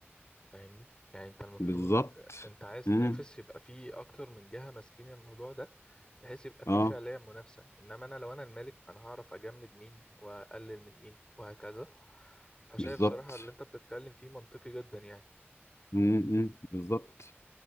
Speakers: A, on the left; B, on the left.
A: فاهمني يعني انت المفروض
B: بالظبط
A: انت عايز
B: امم
A: تنافس يبقى في اكتر من جهة ماسكين الموضوع ده بحيث يبقى في
B: اه
A: فعليا منافسة انما انا لو انا المالك فانا هعرف اجمد مين واقلل من مين وهكذا فشايف
B: بالظبط
A: صراحة اللي انت بتتكلم فيه منطقي جدا يعني
B: امم بالظبط